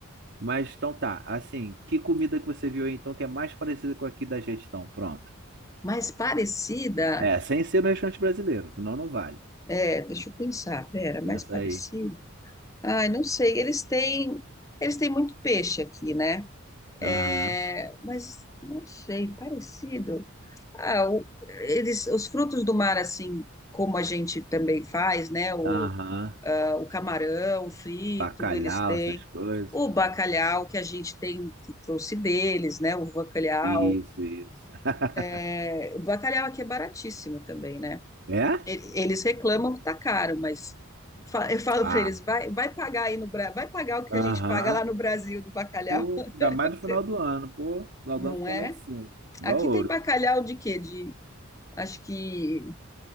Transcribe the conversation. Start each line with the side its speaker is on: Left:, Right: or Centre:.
Right: Mas então tá, assim, que comida que você viu aí então que é mais parecida com aqui da gente então? Pronto.
Left: Mais parecida,
Right: É, sem ser no restaurante brasileiro, senão não vale.
Left: é, deixa eu pensar, pera, mais
Right: Pensa
Left: parecido.
Right: aí.
Left: Ai, não sei, eles têm, eles têm muito peixe aqui, né? É,
Right: Aham,
Left: mas não sei, parecido. Ah, o- eles, os frutos do mar, assim como a gente também faz, né? O,
Right: aham.
Left: ah, o camarão frito,
Right: Bacalhau,
Left: eles têm.
Right: essas coisas.
Left: O bacalhau que a gente tem, que trouxe deles, né? O bacalhau.
Right: Isso, isso. <laughs>
Left: é, O bacalhau aqui é baratíssimo também, né?
Right: É?
Left: E- Eles reclamam que tá caro, mas fa- eu falo
Right: Ah,
Left: para eles, vai, vai pagar aí no Brasil, vai pagar o que
Right: aham.
Left: a gente paga lá no Brasil do bacalhau,
Right: Pô,
Left: <laughs>
Right: ainda mais no final do ano, pô. no Final
Left: não
Right: do ano fica
Left: é?
Right: lá em cima. Igual
Left: Aqui
Right: ouro.
Left: tem bacalhau de quê? De, acho que